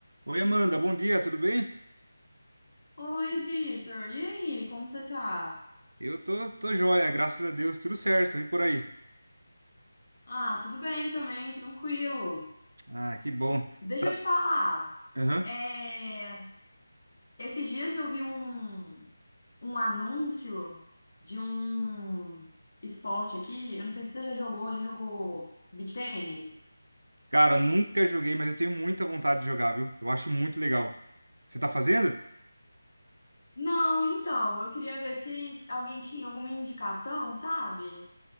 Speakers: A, on the right; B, on the left.
A: Oi, Amanda, bom dia, tudo bem?
B: Oi, Vitor. E aí, como você tá?
A: Eu tô, tô joia, graças a Deus, tudo certo, e por aí?
B: Ah, tudo bem também, tranquilo.
A: Ah, que bom.
B: Deixa
A: Tá-
B: eu te falar.
A: Aham.
B: é, Esses dias eu vi um, um anúncio de um esporte aqui. Eu não sei se você já jogou, já jogou beach tênis?
A: Cara, nunca joguei, mas eu tenho muita vontade de jogar, viu? Eu acho muito legal. Você tá fazendo?
B: Não, então, eu queria ver se alguém tinha alguma indicação, sabe?